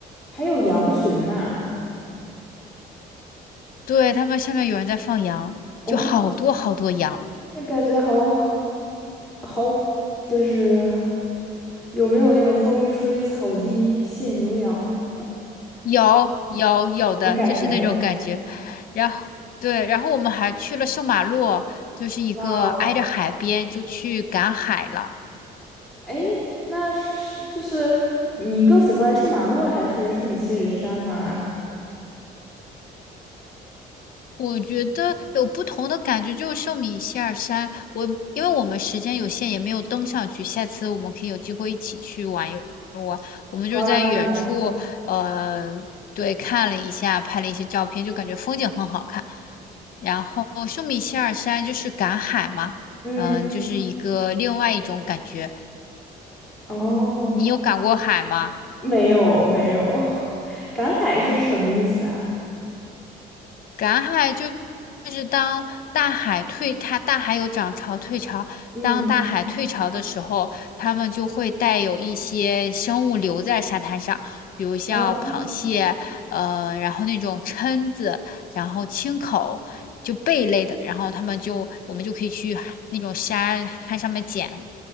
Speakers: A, in the centre; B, on the left.
A: 还有羊群呢？
B: 对，他们下面有人在放羊，
A: 哦，
B: 就好多好多羊，
A: 那感觉好好，就是有没有那种风吹草低见牛羊 <laughs>
B: 有有有的，
A: 的感觉？
B: 就是那种感觉。然后对，然后我们还去了圣马洛，就是一个挨着海边，
A: 哇哦！
B: 就去赶海了。
A: 哎，那是就是你更喜欢圣马洛还是圣米歇尔山呢？
B: 我觉得有不同的感觉，就是寿米希尔山。我因为我们时间有限，也没有登上去。下次我们可以有机会一起去玩一。我们就是在远处，
A: 好啊，可以啊。
B: 呃，对，看了一下，拍了一些照片，就感觉风景很好看。然后寿米希尔山就是赶海嘛，
A: 嗯，
B: 嗯，就是一个另外一种感觉。
A: 哦，
B: 你有赶过海吗？
A: 没有没有，<laughs> 赶海是什么意思啊？
B: 赶海就就是当大海退，它大海有涨潮退潮。
A: 嗯，
B: 当大海退潮的时候，它们就会带有一些生物留在沙滩上，比如像螃蟹，
A: 哦，
B: 呃，然后那种蛏子，然后青口，就贝类的。然后他们就我们就可以去海那种沙滩上面捡，